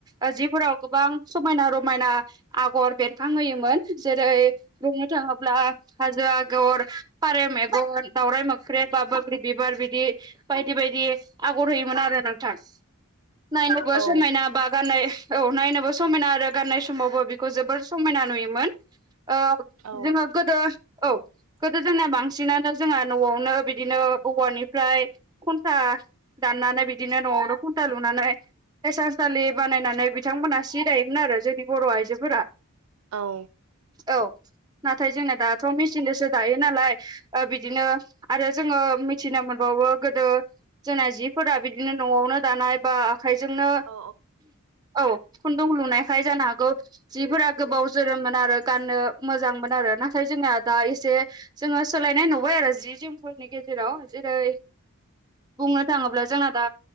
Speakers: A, on the right; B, on the right.
A: ओ जिफोराव गोबां समायना रमायना आगर बेरखांहोयोमोन जेरै बुंनो थाङोब्ला हाजो आगर फारे मेगन दावराइ मोख्रेब बा बोग्रि बिबार बिदि बायदि बायदि आगर होयोमोन आरो नोंथां नायनोबो
B: औ
A: समायना बा गाननाय औ नायनोबो समायना आरो गाननाय समावबो बिखौ जोबोर समायना नुयोमोन ओ
B: औ
A: जोङो गोदो औ गोदो जोंना बांसिनानो जोंहा न'आवनो बिदिनो औवानिफ्राय घन्टा दाननानै बिदिनो न'आवनो खुन्था लुनानै हिसानसालि बानायनानै बिथांमोना सि दायोमोन आरो जोंनि बर' आइजोफोरा
B: औ
A: औ नाथाय जोंना दाथ' मेचिनजोंसो दायो नालाय ओ बिदिनो आरो जोङो मिथिनो मोनबावो गोदो जोंना जिफोरा बिदिनो न'आवनो दानाय बा आखायजोंनो
B: औ
A: औ खुन्दुं लुनायखाय जानो हागौ जिफोरा गोबाव जोरोमोन आरो गाननो मोजांमोन आरो नाथाय जोंना दा एसे जोङो सोलायनाय नुबाय आरो जि जोमफोरनि गेजेराव जेरै बुंनो थाङोब्ला जोंना दा